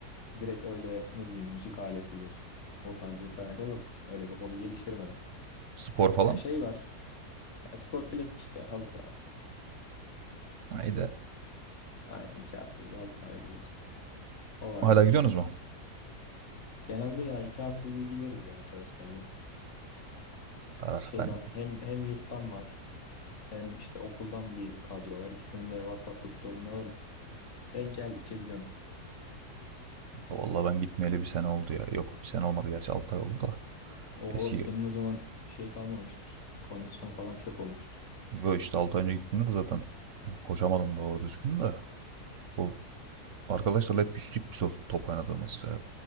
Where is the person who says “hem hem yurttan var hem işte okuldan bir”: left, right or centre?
Left